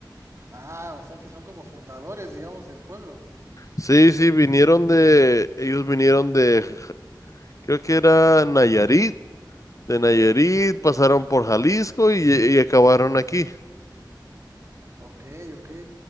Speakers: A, on the right; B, on the left.
A: Ah, o sea que son como fundadores, digamos, del pueblo.
B: Sí, sí, vinieron de, ellos vinieron de, creo que era Nayarit, de Nayarit, pasaron por Jalisco y, y acabaron aquí.
A: Ok, ok.